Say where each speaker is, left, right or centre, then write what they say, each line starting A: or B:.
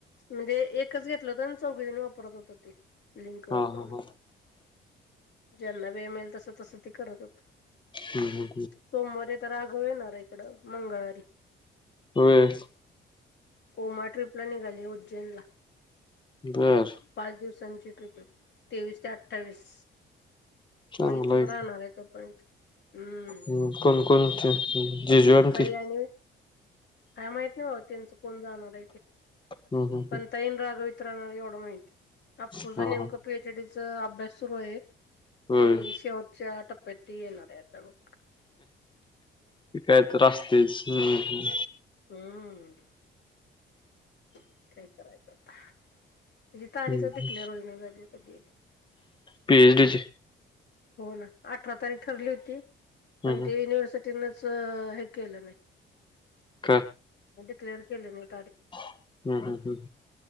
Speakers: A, on the left; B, on the left.
A: म्हणजे एकच घेतलं होत, आणि चौघने वापरत होत ते लिंक वापरत.
B: हो हो.
A: ज्यांना वेळ मिळेल तस तस त करत होत.
B: हम् हम.
A: सोमवारी तर आघव येणारय,, इकडं मंगळवारी..
B: होय
A: हो म ट्रिप. ला निघाली उज्जैन ला,,
B: बर
A: पाच दिवसांची ट्रिपयऽऽ तेवीस ते अठ्ठावीस..
B: चांगलाय
A: मग इथेच राहणार
B: कि,,
A: आहे तोपर्यंत हम्म
B: म कोण कोण हुतेत.. जिजु आनी
A: ताई
B: ती.
A: आणि काय माहित नाही बाबा,, त्यांचं कोण जाणार आहे ते,,
B: हम्म हम्म
A: पण ताई न रागव ईत राहणारऽ एवढं माहिती, अप्पू
B: हम्म
A: ज
B: हा
A: नेमकं
B: हा
A: पी, एच डी, च अभ्यास सुरू आयंऽऽ
B: होय
A: आणि आणि शेवच्टया टप्यात ती याणारय बुकऽऽ
B: काय तर असस्तेच. हम्.
A: हम्म, काही करायच आता? तची तारीख
B: हम्म
A: डिस्क्लेमर मुलींना जाल्या कधी ऽऽ
B: पीएच डी ची
A: हो ना, अठरा तारीख ठरली होती,, पण
B: हम्म हम्म
A: ते युनिव्हर्सिटीऽऽ तिनच, हे ऽऽकेलं नाही.
B: काा.
A: िक्लेअर केलं नाई.
B: हम्म, हम्, हम्म,